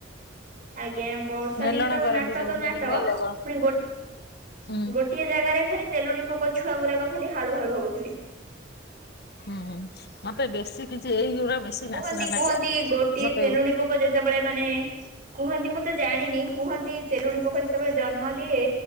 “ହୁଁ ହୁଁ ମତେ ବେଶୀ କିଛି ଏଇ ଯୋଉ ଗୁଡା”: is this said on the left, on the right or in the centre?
Left